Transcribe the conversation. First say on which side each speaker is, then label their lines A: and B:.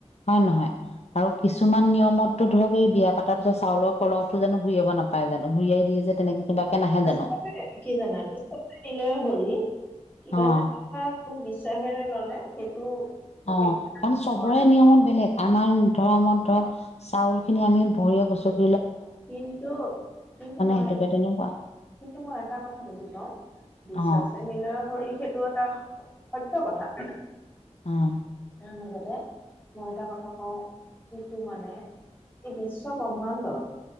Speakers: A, on the left; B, on the left.
A: হয় নহয় আৰু কিছুমান নিয়মতো ধৰক এই বিয়া পাতাৰ পিছত চাউলৰ কলহটো যাতে ঘূৰিয়াব নাপায় জানো ঘুৰিয়াই দিয়ে যে তেনেকে কিবাকে নাহে
B: আচলতে
A: জানো
B: কি জানা হৰি কিবা
A: অ
B: এটা কথা খুব <unintelligible> ল'লে সেইটো
A: অ,
B: সেইটো
A: কাৰণ চবৰে
B: হয়
A: নিয়মত বেলেগ আমাৰ ধৰৰ্মত ধৰক চাউল সিনি আমি বৰীয়া গছত
B: কিন্তু, কিন্তু মই
A: সেইটোকে তেনেকুৱা
B: কিন্তু মই এটা কথা বুজি পাওঁ। বিশ্বাস
A: অ
B: মিলয় শৰীৰ সেইটো এটা সত্য কথা।
A: অ',
B: ত মাজতে মই এটা কথা কও যিটো মানে এই বিশ্ব ব্ৰহ্মাণ্ডত